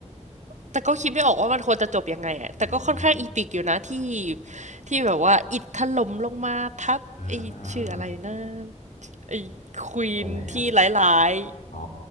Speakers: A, on the right; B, on the left.
A: แต่ก็คิดไม่ออกว่ามันควรจะจบยังไงอะแต่ก็ค่อนข้างอีปิกอยู่นะที่
B: อืม
A: ที่แบบว่าอิฐถล่มลงมาทับไอ้ชื่ออะไรนะ
B: อ่าอ่าอ่า
A: ไอ้ควีนที่ร้าย
B: ตัวไหนครับ อ๋อ